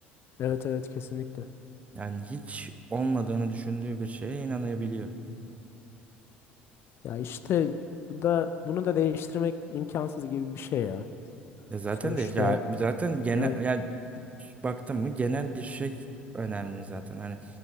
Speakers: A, on the left; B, on the right.
A: Evet evet kesinlikle.
B: Yani hiç olmadığını düşündüğü bir şeye inanabiliyor.
A: Ya işte bu da bunu da değiştirmek imkansız gibi bir şey ya.
B: Ya zaten
A: Sonuçta
B: de ya zaten genel
A: aynen
B: yani baktım mı genel bir şey önemli zaten. Hani